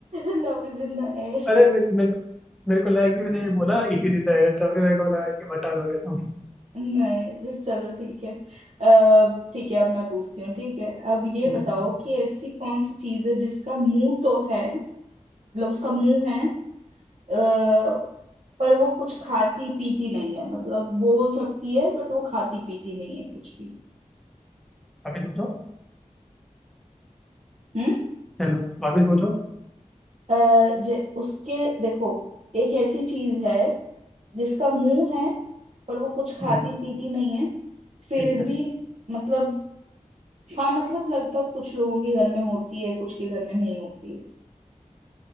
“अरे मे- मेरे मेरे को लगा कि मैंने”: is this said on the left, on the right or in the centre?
Centre